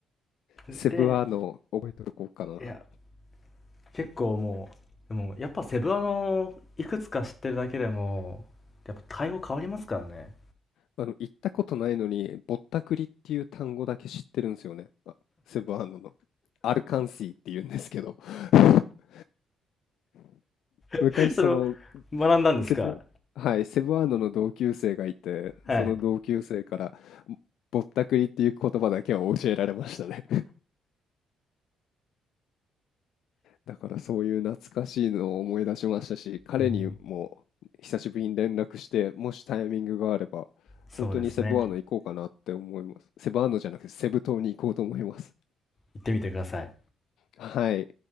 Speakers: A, on the left (about 75°); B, on the left (about 35°).
A: セブアの覚えておこうかな。
B: で、いや、結構もう、でもやっぱセブあの、いくつか知ってるだけでも、やっぱ対応変わりますからね。
A: あの、行ったことないのに、ぼったくりっていう単語だけ知ってるんですよね。あ、セブンアンドの。アルカンシーって言うんですけど。<laughs> 昔その、
B: <laughs> それを学んだんですか
A: セブはい、セブンアンドの同級生がいて、
B: はい。
A: その同級生から、ぼぼったくりっていう言葉だけは教えられましたね。だからそういう懐かしいのを思い出しましたし、彼にも久しぶりに連絡して、
B: うん、
A: もしタイミングがあれば、
B: そうですね。
A: 本当にセブアーノ行こうかなって思います。セブアーノじゃなくてセブ島に行こうと思います。
B: 行ってみてください。
A: はい。